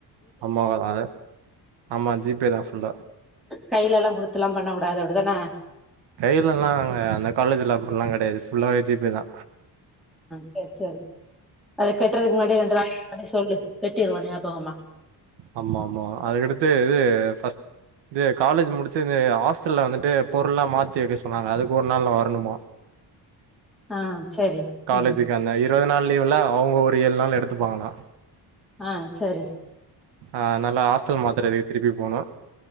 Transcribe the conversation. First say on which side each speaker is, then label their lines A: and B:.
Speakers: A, on the right; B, in the centre.
A: அம்மா அ அத ஆம்மா ஜி பே தா ஃபுல்லா
B: கையிலல்லா குடுத்துலா பண்ண கூடாது அப்டுதான
A: கையில எல்லா அங்க அந்த காலேஜ்ல அப்படி எல்லாங் கெடையாது ஃபுல்லாவே ஜி பே தா
B: சேரி சேரி அத கட்டுறதுக்கு முன்னாடியே ரெண்டு நாளைக்கு முன்னாடியே சொல்லு கட்டிருவோ ஞாபகமா
A: ஆமாமா அதுக்கடுத்து இது ஃபர்ஸ் இது காலேஜ் முடிச்சொன்னே ஹாஸ்டல்ல வந்துட்டு பொருள்ல்லா மாத்தி வெக்க சொன்னாங்க அதுக்கு ஒரு நாள் நா வரணுமா <inaudible>
B: ஆ சரி
A: காலேஜுக்கு
B: ம்
A: அந்த இருவது நாள் லீவ் எல்லாஅவுங்க ஒரு ஏழு நாள் எடுத்துப்பாங்லா
B: ஆ சரி
A: ஆ நல்லா ஹாஸ்டல் மாத்தரதுக்கு திருப்பி போனு